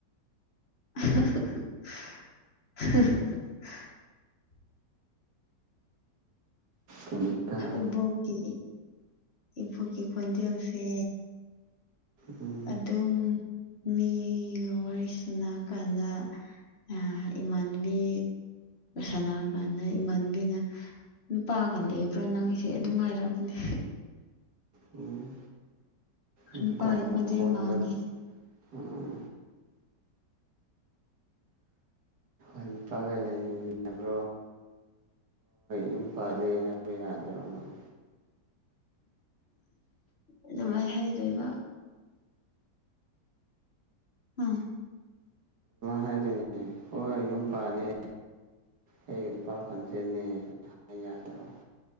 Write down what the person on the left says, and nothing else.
<unintelligible>
ꯏꯕꯣꯛꯀꯤ ꯏꯕꯣꯛꯀꯤ ꯈꯣꯟꯖꯦꯜꯁꯦ
ꯑꯗꯨꯝ ꯃꯤꯒ ꯋꯥꯔꯤ ꯁꯅ ꯀꯥꯟꯗ ꯑ ꯏꯃꯥꯟꯕꯤ ꯁꯥꯟꯅꯔ ꯀꯥꯟꯗ ꯏꯃꯥꯟꯕꯤꯅ ꯅꯨꯄꯥꯒ ꯂꯩꯕ꯭ꯔꯥ ꯅꯪꯁꯦ ꯑꯗꯨꯝ ꯉꯥꯏꯔꯕꯅꯦ
ꯅꯨꯞꯒꯤ
ꯈꫭꯟꯖꯟ ꯃꯟꯂ‌ꯦꯌ‌ꯦ
ꯑꯗꯨꯃꯥꯏꯅ ꯍꯥꯏꯗꯣꯏꯕ ꯎꯝ